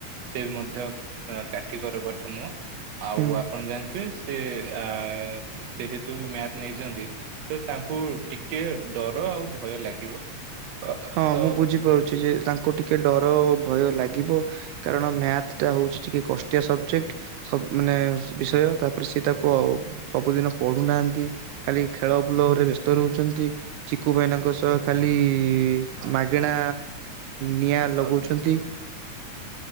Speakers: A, on the right; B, on the right.
A: ସେ ମଧ୍ୟ କାଠ କର ପାଠ ନୁହଁ। ଆଉ
B: ହୁଁ
A: ଆପଣ ଜାଣିଥିବେ, ସେ ଆ ଯେହେତୁ ମ୍ୟାଥ ନେଇଛନ୍ତି ତ ତାଙ୍କୁ ଟିକେ ଡର ଆଉ ଭୟ ଲାଗିବ। ଅ,
B: ହଁ
A: ତ
B: ମୁଁ ବୁଝିପାରୁଛି ଯେ ତାଙ୍କୁ ଟିକେ ଟିକେ ଡର ଓ ଭୟ ଲାଗିବ, କାରଣ ମ୍ୟାଥ ଟା ହଉଛି ଟିକେ କଷ୍ଟିଆ ସବଜେକ୍ଟ ସବ ମାନେ ବିଷୟ ତାପରେ ସି ତାକୁ ସବୁଦିନ ପଢୁନାହାନ୍ତି ଖାଲି ଖେଳ ବୁଲ ବ୍ୟସ୍ତ ରହୁଛନ୍ତି ଚିକୁ ଭାଇନାଙ୍କ ସହ ଖାଲି
A: ହଁ
B: ମାଗେଣା
A: ଚିକୁ
B: ନିଆଁ ଲଗଉଛନ୍ତି।
A: ଅଗ୍ନି